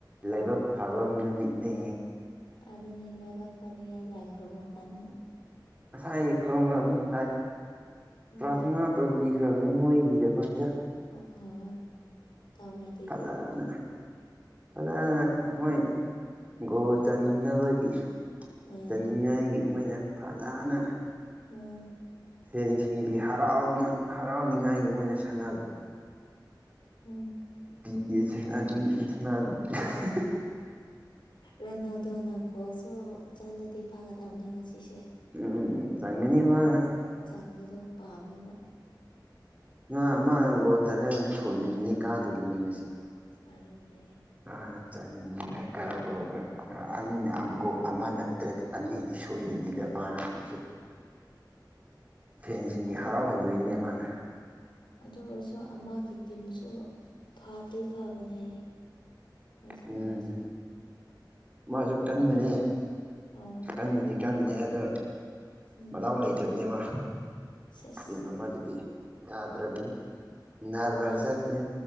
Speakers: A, on the right; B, on the left.
A: ꯂꯥꯏꯕꯛ ꯐꯕ ꯅꯨꯃꯤꯠꯅꯤ
B: ꯑꯗꯨꯅꯦ ꯂꯥꯏꯕꯥꯛ ꯐꯅꯤꯉꯥꯏ ꯂꯥꯏ ꯈꯨꯔꯨꯝꯃꯣ ꯀꯟꯅ
A: ꯉꯁꯥꯏ ꯈꯨꯔꯨꯝꯈ꯭ꯔꯕꯅꯤ ꯂꯥꯏ
B: ꯎꯝ
A: ꯄ꯭ꯔꯥꯊꯅꯥ ꯇꯧꯕꯤ ꯒ꯭ꯔꯕꯅꯤ ꯃꯣꯏꯒꯤꯗꯃꯛꯇ
B: ꯍꯣ ꯍꯣꯏ ꯇꯧꯔꯠ
A: ꯐꯖꯥꯅ ꯐꯖꯅ ꯃꯣꯏ ꯒꯣꯜ ꯆꯟꯅꯕꯒꯤ
B: ꯎꯝ
A: ꯆꯟꯅꯤꯡꯉꯥꯏꯒꯤ ꯃꯣꯏꯅ ꯐꯖꯥꯅ
B: ꯎꯝ
A: ꯐꯦꯟ ꯁꯤꯡꯒꯤ ꯍꯔꯥꯎꯅ ꯍꯔꯥꯎꯅꯤꯡꯉꯥꯏꯒꯤ ꯃꯣꯏꯅ ꯁꯥꯟꯅ
B: ꯎꯝ
A: <unintelligible>
B: ꯔꯣꯅꯥꯜꯗꯣꯅ ꯒꯣꯜꯁꯨ ꯆꯜꯂꯗꯤ ꯐꯒꯗꯕꯅꯦ ꯉꯁꯤꯁꯦ
A: ꯎꯝ ꯆꯟꯒꯅꯤ ꯁꫭꯏꯅ
B: ꯆꯟꯕꯗꯣ ꯄꯥꯝꯃꯦꯕ
A: <unintelligible> ꯀꯗꯣꯏꯅꯦ ꯉꯁꯤ
B: ꯑꯗꯨꯅꯦ
A: ꯃꯥꯅ ꯆꯟ ꯔꯒ ꯒꯣꯜ <unintelligible> ꯒꯜꯣ ꯑꯉꯅ ꯇꯨꯗ ꯑꯅꯤꯗꯤ ꯁꯣꯏꯗꯕꯤꯗ ꯃꯥꯅ ꯉꯁꯤ ꯐꯦꯟꯁꯤꯒꯤ
B: ꯑꯗꯣ
A: ꯍꯔꯥꯎꯍꯟꯗꯣꯏꯅꯦ ꯃꯥꯅ
B: ꯑꯗꯨ ꯑꯣꯏꯔꯁꯨ ꯑꯃꯒꯤ ꯇꯤꯝꯁꯨ ꯐꯗꯤ ꯐꯕꯅꯦ ꯃꯣꯏ ꯁꯥꯟꯅꯕꯁꯨ
A: ꯎꯝ ꯃꯥꯁꯨ
B: ꯑꯗꯨꯒꯤ
A: ꯀꯟꯕꯅꯦ
B: ꯍꯣꯏ
A: ꯀꯟꯕꯗꯤ
B: ꯑꯗꯨꯒꯤ
A: ꯀꯟꯕꯅꯦ ꯑꯗꯨ
B: ꯎꯝ
A: ꯃꯗꯥꯎ ꯂꯩꯇꯕꯅꯤ ꯃꯥ
B: ꯁꯦꯁ
A: ꯇꯤꯝ ꯑꯃꯗꯨꯗꯤ ꯌꯥꯗ꯭ꯔꯕꯅꯤ ꯅꯥꯔꯕꯁ
B: ꯈꯪ
A: ꯆꯠꯄꯅꯤ